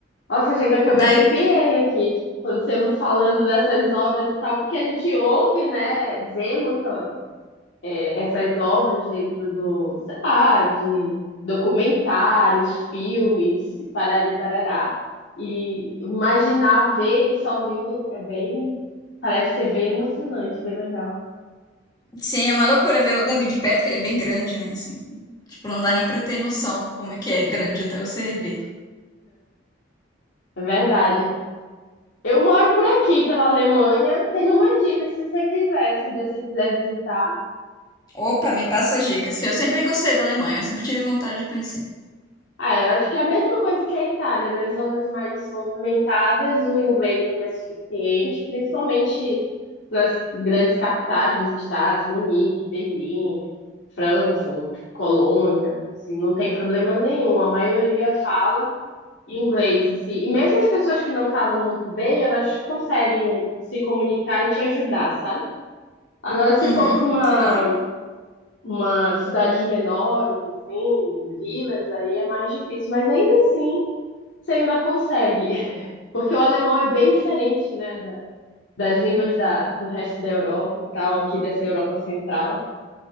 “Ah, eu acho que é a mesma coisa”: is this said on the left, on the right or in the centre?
Left